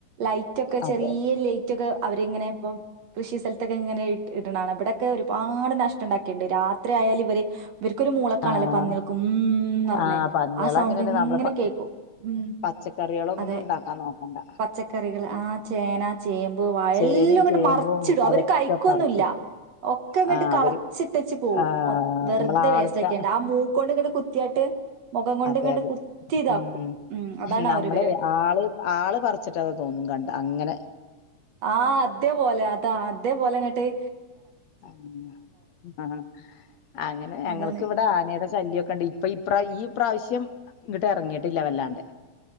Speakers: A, on the right; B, on the left.
A: ലൈറ്റൊക്കെ ചെറിയ
B: അതെ
A: ലൈറ്റ് ഒക്കെ അവരിങ്ങനെ ഇപ്പം- കൃഷി സ്ഥലത്തൊക്കെ ഇങ്ങനെ ഇടണം ഇവിടെക്കെ ഒരുപാട് നഷ്ട്ടം ഉണ്ടാക്കിട്ടണ്ട് രാത്രി ആയാൽ ഇവര്- ഇവർക്കൊരു മൂളക്കാണല്ലോ
B: ആഹ്
A: പന്നികൾക്കും മൂം എന്ന് പറഞ്ഞ്
B: ആഹ് പന്നികള്
A: ആ സൗ
B: അങ്ങനെയാണ്
A: ണ്ടിങ്ങനെ
B: നമ്മള് പ
A: കേക്കും ഉം
B: പച്ചക്കറികളൊന്നും
A: അതെ
B: ഉണ്ടാക്കാൻ നോക്കണ്ട
A: പച്ചക്കറികൾ ആ ചേന ചേമ്പ് വാഴ
B: ചേനയും
A: എല്ലാം ഇങ്ങട്ട്
B: ചേമ്പും
A: മറിച്ചിടും
B: അതൊക്കെ
A: അവര് കഴിക്കുവൊന്നുവില്ല
B: പറിച്ചിടും
A: ഒക്കെ ഇങ്ങോട്ട്
B: ആഹ്
A: കളച്ചിട്ടെച്ച്
B: അവര്
A: പോവും
B: ആഹ്
A: വെറുതെ
B: നമ്മള
A: വേസ്റ്റ്
B: ആള്ക്ക
A: ആക്കേണ്ട ആ മൂക്കൊണ്ട് ഇങ്ങട്ട് കു- കുത്തിയായിട്ട് മുഖം കൊണ്ട്
B: അതെ
A: ഇങ്ങട്ട്
B: അതെ
A: കുത്തി
B: ഉം
A: ഇതാക്കും ഉം അതാണ്
B: നമ്മളെ
A: ആ ഒരു പരിപാടി
B: ആള് ആള് പറിച്ചിട്ടതാന്ന് തോന്നും കണ്ട അങ്ങനെ
A: ആഹ് അതേ പോലെ അതാ അതേ പോലെങ്ങട്ട്-
B: അങ്ങ ആ അങ്ങനെ ഞങ്ങൾക്ക്
A: അതാണ്
B: ഇവടെ ആനെടെ ശല്യ ഒക്കെണ്ട് അപ്പൊ ഇപ്ര ഈ പ്രാവശ്യം ഇങ്ങിട്ട് ഇറങ്ങിയിട്ടില്ല വല്ലാണ്ട്